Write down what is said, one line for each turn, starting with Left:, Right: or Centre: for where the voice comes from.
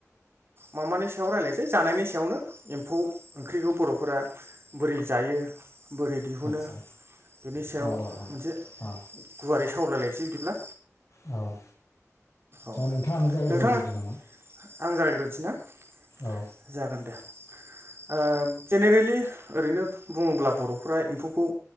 Right: माबानि सायाव रायलायसै जानायनि सायावनो एम्फौ ओंख्रिखौ बरफोरा बोरै जायो? बोरै दिहुनो
Left: आदसा
Right: बेनि सायाव
Left: औ औ
Right: मोनसे
Left: औ
Right: गुवारै सावरायलायनोसै -सै बिदिब्ला।
Left: औ।
Right: औ नोंथाङा
Left: नोंथाङानो जागायजेनग्रोदो
Right: आं
Left: नामा
Right: जागायग्रोनोसै ना? जागोन
Left: औ
Right: दे। ओ जेनेरेलि ओरैनो बुङोब्ला बरफ्रा एम्फौखौ